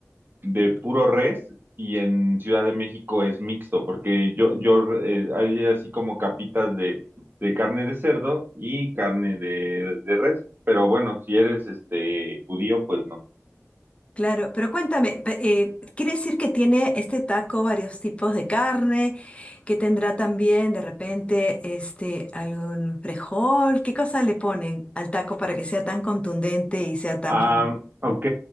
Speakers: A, on the right (about 40°); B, on the left (about 25°).
A: de puro res y en Ciudad de México es mixto, porque yo, yo eh, hay así como capitas de, de carne de cerdo y carne de, de res, pero bueno, si eres este judío, pues no.
B: Claro, pero cuéntame, pe- eh, ¿quiere decir que tiene este taco varios tipos de carne, que tendrá también de repente este algún frijol? ¿Qué cosa le ponen al taco para que sea tan contundente y sea tan
A: Ah,
B: famoso?
A: ok.